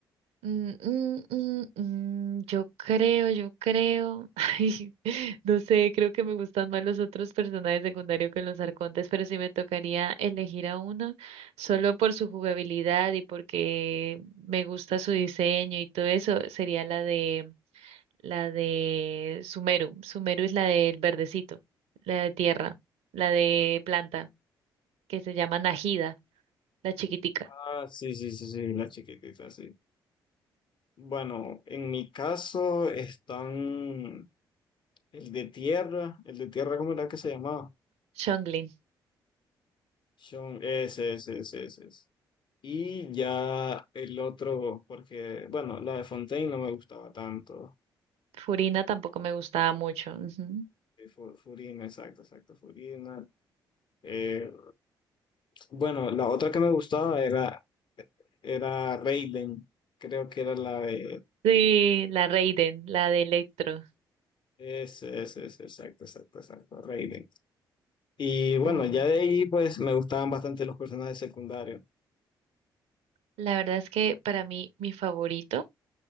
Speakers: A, on the right; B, on the left.
A: mm, mm, mm, mm, yo creo, yo creo. <laughs> Ay, no sé, creo que me gustan más los otros personajes secundarios que los arcontes, pero si me tocaría elegir a uno solo por su jugabilidad y porque me gusta su diseño y todo eso, sería la de la de Sumeru. Sumeru es la del verdecito, la de tierra, la de planta que se llama Najida, la chiquitica.
B: Ah, sí, sí, sí, sí, la chiquitita, sí. Bueno, en mi caso están el de tierra, el de tierra, ¿cómo era que se llamaba?
A: Chonglin.
B: Sean, ese, ese, ese, ese. ese. Y ya el otro, porque, bueno, la de Fontaine no me gustaba tanto.
A: Furina tampoco me gustaba mucho. ujú.
B: Sí, Fu- Furina, exacto, exacto, Furina. Eh, bueno, la otra que me gustaba era, era Raiden, creo que era la de...
A: Sí, la Raiden, la de Electro.
B: Es, es, es, exacto, exacto, exacto, Raiden. Y bueno,
A: Uh,
B: ya de ahí pues me gustaban bastante los personajes secundarios.
A: La verdad es que para mí mi favorito,